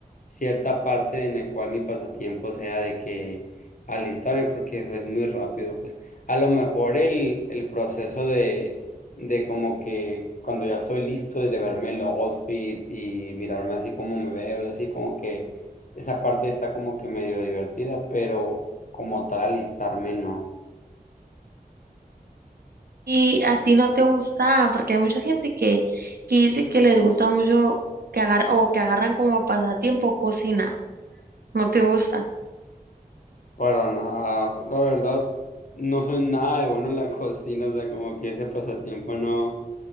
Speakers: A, on the left; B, on the right.
A: cierta parte en la cual mi pasatiempo sea de que alistarme, porque pues, es muy rápido, pues, a lo mejor el, el proceso de... de como que cuando ya estoy listo de verme el outfit y mirarme así como me veo y así como que esa parte está como que medio divertida, pero como tal alistarme no,
B: Y a ti no te gusta, porque hay mucha gente que, que dice que les gusta mucho que agar o que agarran como pasatiempo cocinar No te gusta,
A: para nada. La verdad, no soy nada de bueno en la <laughs> cocina, o sea, como que ese pasatiempo no,